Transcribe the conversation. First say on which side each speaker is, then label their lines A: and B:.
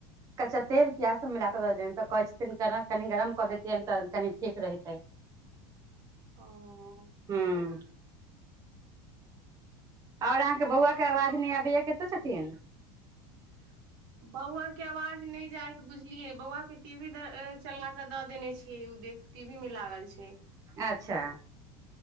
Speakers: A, on the right (about 25°); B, on the right (about 70°).
A: कच्चा तेल प्याज सब मिला के द दियै त कहे छथिन केना कनि गरम कऽ देैतियै तऽ कनि ठीक रहितेै
B: ओ
A: हुँ ओर अहाँके बौआ के आवाज नहि आबै या कते छथिन
B: बौआ के आवाज नहि जाइ हेय बुझलियै बौआ के टी वी चला कऽ दऽ देने छियै ओ देखे टीवी मे लागल छै
A: अच्छा